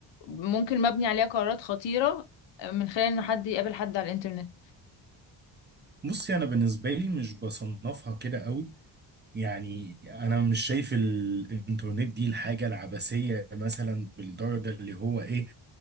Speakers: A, on the left; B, on the right.
A: ممكن مبني عليها قرارات خطيرة من خلال انه حد يقابل حد على الانترنت
B: بصي انا بالنسبه لي مش بصنفها كده قوي يعني انا مش شايف الانترنت دي الحاجه العبثيه مثلا بالدرجه اللي هو ايه